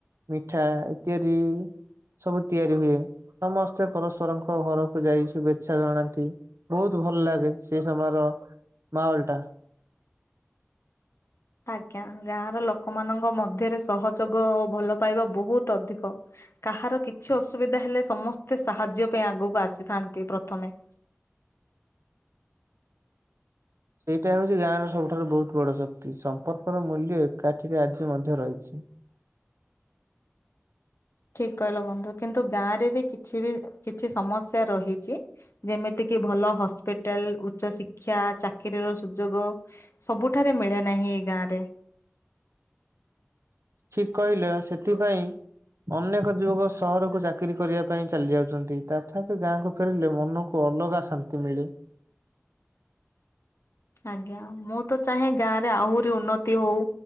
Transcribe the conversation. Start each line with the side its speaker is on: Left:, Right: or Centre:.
Right: ମିଠା ଇତ୍ୟାଦି ସବୁ ତିଆରି ହୁଏ ସମସ୍ତେ ପରସ୍ପରଙ୍କ ଘରକୁ ଯାଇ ଶୁଭେଚ୍ଛା ଜଣାନ୍ତି ବହୁତ ଭଲ ଲାଗେ ସେଇ ସମୟର ମାହୋଲ ଟା
Left: ଆଜ୍ଞା ଗାଁ ର ଲୋକମାନଙ୍କ ମଧ୍ୟରେ ସହଯୋଗ ଓ ଭଲ ପାଇବା ବହୁତ ଅଧିକ କାହାର କିଛି ଅସୁବିଧା ହେଲେ ସମସ୍ତେ ସାହାଯ୍ୟ ପାଇଁ ଆଗକୁ ଆସିଥାନ୍ତି ପ୍ରଥମେ <inaudible>
Right: ସେଇଟା ହଉଛି ଗାଁର ସବୁଠାରୁ ବହୁତ ବଡ ଶକ୍ତି ସମ୍ପର୍କର ମୂଲ୍ୟ ଏକାଠିରେ ଆଜି ମଧ୍ୟ ରହିଛି
Left: <inaudible> ଠିକ କହିଲ ବନ୍ଧୁ କିନ୍ତୁ ଗାଁ ରେ ବି କିଛି ବି କିଛି ସମସ୍ୟା ରହିଛି ଯେମିତି କି ଭଲ ହସ୍ପିଟାଲ ଉଚ୍ଚ ଶିକ୍ଷା ଚାକିରୀର ସୁଯୋଗ ସବୁଠାରେ ମିଳେ ନାହିଁ। ଏଇ ଗାଁ ରେ।
Right: ଠିକ କହିଲ ସେଥିପାଇଁ ଅନେକ ଯୁବକ ସହରକୁ ଚାକିରି କରିବା ପାଇଁ ଚାଲି ଯାଉଛନ୍ତି ତଥାପି ଗାଁକୁ ଫେରିଲେ ମନକୁ ଅଲଗା ଶାନ୍ତି ମିଳେ।
Left: <inaudible> ଆଜ୍ଞା ମୁଁ ତ ଚାହେଁ ଗାଁ ରେ ଆହୁରି ଉନ୍ନତି ହଉ